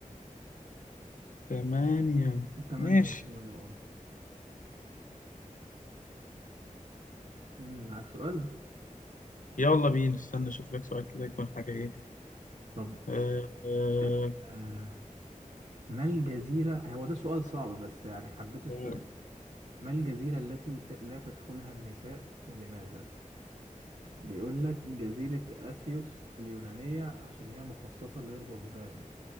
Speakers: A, on the left; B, on the right.
A: ثمانية
B: تمانية
A: ماشي
B: كيلو اه أمم، معاك سؤال؟
A: يلا بينا استنى اشوف لك سؤال كده يكون حاجة ايه
B: طب
A: آه، آه،
B: آه، آه، ما الجزيرة هو ده سؤال صعب بس يعني حبيت السؤال
A: قول
B: ما الجزيرة التي ت... لا تدخلها النساء ولماذا؟ بيقول لك جزيرة أثيوس اليونانية عشان هي مخصصة للرهبان